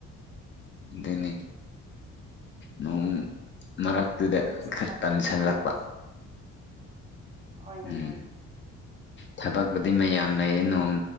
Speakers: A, on the left (about 40°); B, on the right (about 20°).
A: ꯒꯅꯤ ꯅꯣꯡ ꯃꯔꯛꯇꯨꯗ
B: ꯅꯣꯡꯁꯤꯅ
A: ꯈꯔ
B: ꯇꯟꯍꯜꯂꯤ
A: ꯇꯟꯁꯜꯂꯛꯄ
B: ꯍꯥꯏ ꯑꯩꯉꯣꯟꯗ ꯍꯣꯏꯅꯦ
A: ꯎꯝ
B: ꯍꯣꯏꯅꯦ
A: ꯊꯕꯛꯄꯨꯗꯤ ꯃꯌꯥꯝ ꯂꯩꯌꯦ ꯅꯣꯡ